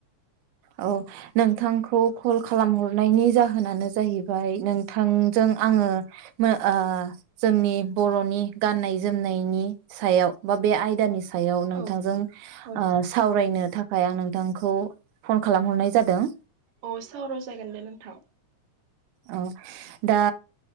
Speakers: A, on the right; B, on the right.
A: औ नोंथांखौ कल खालामहर हरनायनि जाहोनानो जाहैबाय नोंथां जों आङो मो ओ जोंनि बर'नि गाननाय जोमनायनि सायाव बा बे आयदानि सायाव नोंथांजों
B: औ
A: ओ
B: औ
A: सावरायनो थाखाय थाखाय आं नोंथांखौ फन खालामहरनाय जादों
B: अ सावराव जागोन दे नोंथां
A: औ दा